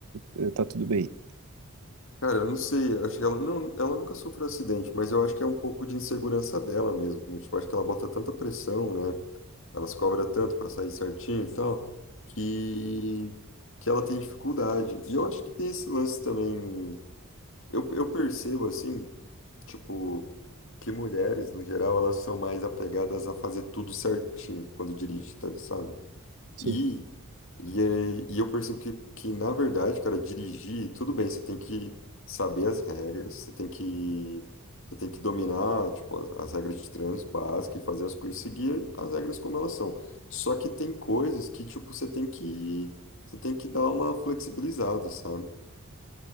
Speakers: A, on the right (about 85°); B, on the left (about 60°).
A: é, é, tá tudo bem?
B: Cara, eu não sei, acho que ela, não, ela nunca sofreu acidente, mas eu acho que é um pouco de insegurança dela mesmo. Tipo, acho que ela bota tanta pressão, né? Ela se cobra tanto para sair certinho e tal, que, que ela tem dificuldade. E eu acho que tem esse lance também Eu, eu percebo assim, tipo, que mulheres, no geral, elas são mais apegadas a fazer tudo certinho quando dirige, tá, sabe?
A: Sim.
B: E, e, aí- e eu percebo que, que, na verdade, cara, dirigir, tudo bem, você tem que saber as regras, você tem que, você tem que dominar, tipo, as, as regras de trânsito básicas e fazer as coisas, seguir as regras como elas são. Só que tem coisas que, tipo, você tem que, você tem que dar uma flexibilizada, sabe?